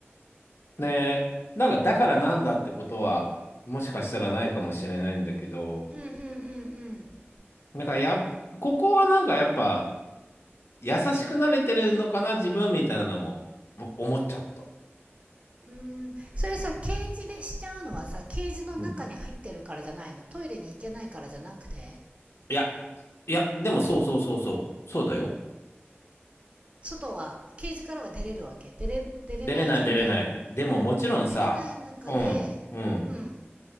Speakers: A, on the left; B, on the right.
A: ねなんか、だからなんだってことは、もしかしたらないかもしれないんだけど、
B: うんうんうんうん。
A: なんかやっ、ここはなんかやっぱ、優しくなれてるのかな、自分みたいなのもぼ思っちゃった。
B: うーん、それさ、ケージでしちゃうのはさ、ケージの中に入ってるからじゃないの。
A: うん
B: トイレに行けないからじゃなくて、
A: いや、いや、でもそうそうそうそう、そうだよ。
B: 外は、ケージからは出れるわけ。出れ、出れない状態。
A: 出れない出れない。でももちろんさ、
B: 出れない中で、
A: うん、うん。
B: うん、